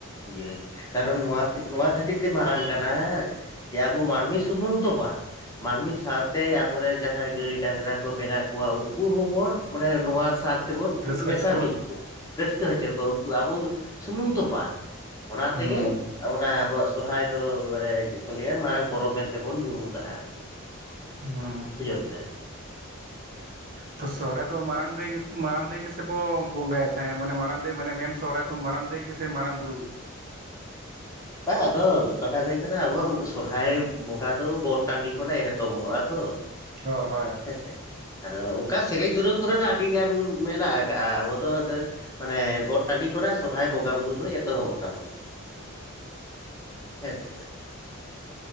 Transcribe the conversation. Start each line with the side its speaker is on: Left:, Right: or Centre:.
Left: ᱤᱭᱟᱹ ᱠᱟᱨᱚᱱ ᱱᱚᱶᱟ ᱱᱚᱶᱟ ᱠᱷᱟᱹᱛᱤᱨ ᱛᱮ ᱢᱟᱨᱟᱝ ᱠᱟᱱᱟ? ᱡᱮ ᱟᱵᱚ ᱢᱟᱹᱱᱢᱤ ᱥᱩᱢᱩᱝ ᱫᱚ ᱵᱟᱝ ᱢᱟᱹᱱᱢᱤ ᱥᱟᱶᱛᱮ ᱟᱵᱚᱨᱮᱱ ᱡᱟᱦᱟᱸᱭ ᱜᱟᱹᱭ ᱰᱟᱝᱜᱨᱟ ᱠᱚ ᱢᱮᱱᱟᱜ ᱠᱚᱣᱟ ᱩᱱᱠᱩ ᱦᱚᱸᱵᱚᱱ ᱢᱟᱱᱮ ᱱᱚᱶᱟ ᱥᱟᱠ ᱛᱮᱵᱚᱱ
Right: ᱨᱟᱹᱥᱠᱟᱹ
Left: ᱢᱮᱥᱟ
Right: ᱦᱚᱪᱚ ᱠᱚᱣᱟ
Left: ᱢᱤᱫ ᱠᱚ ᱨᱟᱹᱥᱠᱟᱹ ᱦᱚᱪᱚ ᱠᱚᱣᱟ ᱩᱱᱠᱩ ᱟᱵᱚ ᱥᱩᱢᱩᱝ ᱫᱚ ᱵᱟᱝ ᱚᱱᱟ
Right: ᱦᱮᱸ
Left: ᱛᱮᱜᱮ ᱚᱱᱟ ᱟᱵᱚ ᱥᱚᱨᱦᱟᱭ ᱫᱚ ᱝ ᱧᱩᱢ ᱟᱠᱟᱜᱼᱟ ᱟᱨᱠᱤ
Right: <inaudible> ᱦᱮᱸ
Left: <unintelligible>
Right: ᱛᱚ ᱥᱚᱦᱚᱨᱟᱭ ᱫᱚ ᱢᱟᱨᱟᱝ ᱫᱚ ᱢᱟᱨᱟᱝ ᱫ ᱜᱮᱥᱮ ᱵᱚ ᱵᱚᱸᱜᱟᱭᱮᱫ ᱛᱟᱦᱮᱸᱫ ᱢᱟᱱᱮ ᱢᱟᱨᱟᱝ ᱫᱟᱱᱮ ᱢᱮᱱ ᱥᱚᱦᱚᱨᱟᱭ ᱛ ᱢᱟᱨᱟᱝ ᱫᱟᱹᱭ ᱜᱮᱥᱮ ᱢᱟᱨᱟᱝ ᱵᱩᱨᱩ
Left: ᱵᱟᱝ ᱟᱫᱚ ᱠᱟᱛᱷᱟ ᱫᱚ ᱦᱩᱭᱩᱜ ᱠᱟᱱᱟ ᱟᱵᱚᱣᱟᱜ ᱥᱚᱦᱚᱨᱟᱭ ᱵᱚᱸᱜᱟ ᱫᱚ ᱜᱚᱴ ᱴᱟᱺᱰᱤ ᱠᱷᱚᱱᱱᱟᱜ ᱮᱛᱚᱵᱚᱦᱚᱜᱼᱟ ᱛᱚ
Right: ᱦᱳ ᱦᱚᱭ
Left: ᱦᱮᱸᱥᱮ ᱟᱫᱚ ᱚᱱᱠᱟ ᱥᱮᱨᱮᱧ ᱫᱩᱨᱟᱹᱝ ᱠᱚᱨᱮ ᱫᱚ ᱟᱹᱰᱤ ᱜᱟᱱ ᱢᱮᱱᱟᱜ ᱟᱠᱟᱜᱼᱟ ᱟᱵᱚ ᱫᱚ ᱢᱟᱱᱮ ᱜᱚᱴ ᱴᱟᱺᱰᱤ ᱠᱚᱨᱮ ᱥᱚᱨᱦᱟᱭ ᱵᱚᱸᱜᱟ ᱵᱩᱨᱩ ᱫᱚ ᱮᱛᱚᱦᱚᱵᱚᱜ ᱛᱟᱵᱚᱱᱟ᱾
Right: <unintelligible>
Left: ᱦᱮᱸ ᱥᱮ